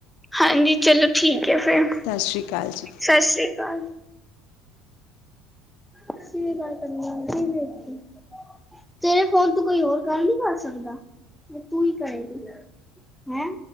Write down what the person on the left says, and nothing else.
'ਸਤਿ ਸ਼੍ਰੀ ਅਕਾਲ ਜੀ'।